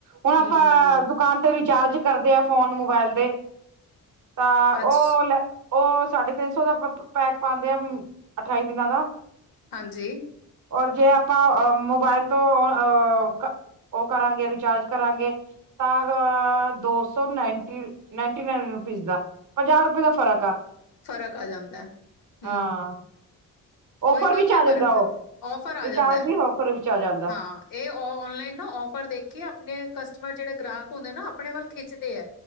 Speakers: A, on the right (about 60°); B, on the left (about 70°).
A: ਹੁਣ ਆਪਾਂ
B: ਹੂੰ,
A: ਦੁਕਾਨ ਤੇ, ਰਿਚਾਰਜ ਕਰਦੇ ਹਾਂ, ਫੋਨ ਮੋਬਾਇਲ ਦੇ ਤਾਂ ਉਹ
B: ਅੱਛ
A: ਲੈ ਉਹ, ਸਾਢੇ ਤਿੰਨ ਸੌ ਦਾ ਪੈਕ ਪਾਦੇ ਆ, ਅਠਾਈ ਦਿਨਾਂ ਦਾ।
B: ਹਾਂਜੀ।
A: ਔਰ ਜੇ ਆਪਾਂ, ਮੋਬਾਇਲ ਤੋਂ ਅ ਉਹ ਕਰਾਂਗੇ, ਰਿਚਾਰਜ ਕਰਾਂਗੇ। ਤਾਂ ਦੋ ਸੋ ਨਾਇਣਟੀਨਿਨ ਰੂਪੀਸ ਦਾ। ਪੰਜਾਹ ਰੁਪਏ, ਦਾ ਫ਼ਰਕ ਆ
B: ਫ਼ਰਕ, ਆ ਜਾਂਦਾ ਹੂ
A: ਹਾਂ ਔਫਰ
B: ਉਹੀ, ਕਾਫ਼ੀ
A: ਵਿੱਚ ਆ
B: ਫਰਕ
A: ਜਾਂਦਾ
B: ਪੈਂਦਾ,
A: ਉਹ
B: ਔਫਰ ਆ
A: ਰਿਚਾਰਜ
B: ਜਾਂਦਾ
A: ਵੀ
B: ਹੈ
A: ਔਫਰ ਵਿੱਚ ਆ ਜਾਂਦਾ
B: ਹਾਂ। ਏ ਔਨਲਾਈਨ ਨਾ, ਓਫਰ ਦੇ ਕੇ ਆਪਣੇ ਕਸਟਮਰ, ਜਿਹੜੇ ਗ੍ਰਾਹਕ ਹੁੰਦੇ ਨਾ, ਆਪਣੇ ਵੱਲ ਖਿੱਚਦੇ ਆ।